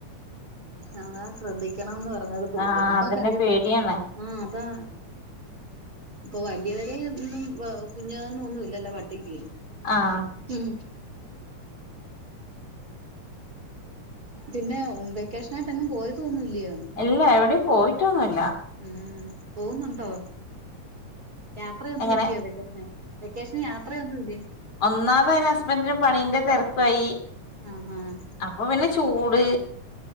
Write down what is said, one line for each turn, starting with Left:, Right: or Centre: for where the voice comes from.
Right: അതാ ശ്രദ്ധിക്കണംന്ന് പറഞ്ഞത് പു
Left: ആഹ്
Right: കുഞ്ഞുങ്ങക്ക്
Left: അതന്നെ
Right: അറിയത്തില്ല
Left: പേടിയാണ്
Right: ആഹ അതാ പ്പൊ വലിയവരെ ഒന്നും കുഞാന്നൊന്നും ല്ലല്ലോ പട്ടിക്ക്
Left: ആഹ
Right: ഉം പിന്നെ വെക്കേഷനായിട്ട് എങ്ങും പോയതോന്നുല്ലയോ
Left: ഇല്ല എവിടെയും പോയിട്ടൊന്നുല്ല
Right: ഉം പോകുന്നുണ്ടോ യാത്രയൊന്നും
Left: എങ്ങനെ
Right: ഇല്ലയോ വെക്കേഷന് വെക്കേഷന് യാത്രയൊന്നും ഇല്ലയോ
Left: ഒന്നാമത അതിന് ഹസ്ബൻറിന് പണിന്റെ തിരക്കായി
Right: ആഹ് ആഹ്
Left: അപ്പൊ പിന്നെ ചൂട്